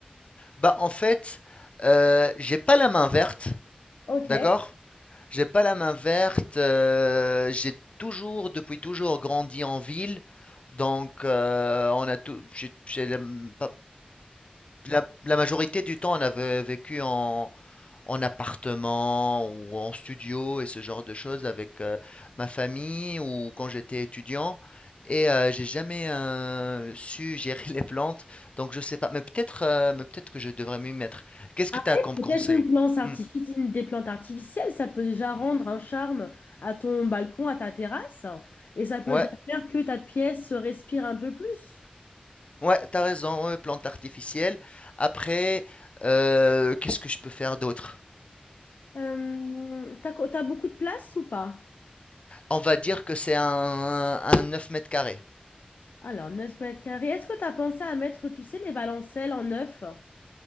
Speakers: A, on the left; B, on the left.
A: Bah, en fait, heu, j'ai pas la main verte,
B: Ok.
A: d'accord? J'ai pas la main verte, heu, j'ai toujours, depuis toujours, grandi en ville, donc heu, on a tout j'ai j'ai la, mmh, pas la la majorité du temps, on a ve vécu en en appartement ou en studio et ce genre de choses avec euh, ma famille ou quand j'étais étudiant. Et euh, j'ai jamais euh, su gérer <laughs> les plantes, donc je sais pas. Mais peut-être, euh, mais peut-être que je devrais m'y mettre. Qu'est-ce que
B: Après,
A: tu as comme
B: peut-être
A: conseil?
B: une plante artifici-
A: Hmm,
B: une- des plantes artificielles, ça peut déjà
A: hmm.
B: rendre un charme à ton balcon, à ta terrasse, et ça peut
A: Ouais,
B: déjà faire que ta pièce respire un peu plus.
A: ouais, t'as raison. ouais, plantes artificielles. Après, euh, qu'est-ce que je peux faire d'autre?
B: Euh, t'as, co- t'as beaucoup de place ou pas?
A: On va dire que c'est un, un 9 mètres carrés.
B: Alors, 9 mètres carrés. Est-ce que tu as pensé à mettre, tu sais, les balancelles en neuf?